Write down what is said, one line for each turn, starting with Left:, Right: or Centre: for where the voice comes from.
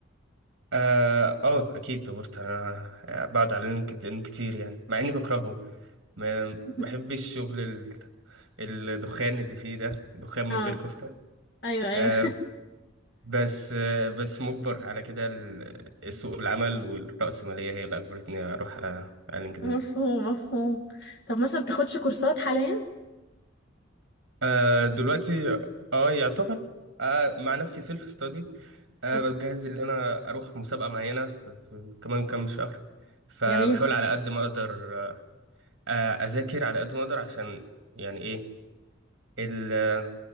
Right: اه آه، اكيد دورت انا آه، بعد على لينكد ان كتير يعني مع اني بكرهه ما
Left: <laughs>
Right: بحبش الشغل ال- الدخان اللي فيه ده دخان من
Left: اه
Right: غير كفتة
Left: ايوه ايوه
Right: آه بس آه بس مجبر على كده ال- سوق العمل والرأسمالية هي اللي اجبرتني اروح على
Left: <laughs>
Right: على لينكد
Left: مفهوم
Right: ان
Left: مفهوم طب مثلا بتاخدش كورسات حاليا؟
Right: آه دلوقتي اه يعتبر آه مع نفسي سيلف ستادي أنا
Left: مم،
Right: بجهز إن أنا أروح مسابقة معينة في, في كمان كام شهر فبحاول
Left: جميل
Right: على قد ما أقدر آه، أذاكر على قد ما أقدر عشان يعني إيه ال-